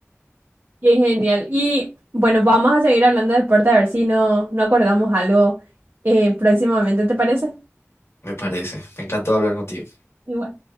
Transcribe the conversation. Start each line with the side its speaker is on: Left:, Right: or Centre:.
Right: Qué genial. Y bueno, vamos a seguir hablando de deporte a ver si no, no acordamos algo eh, próximamente, ¿te parece?
Left: me parece. Me encantó hablar contigo.
Right: Igual.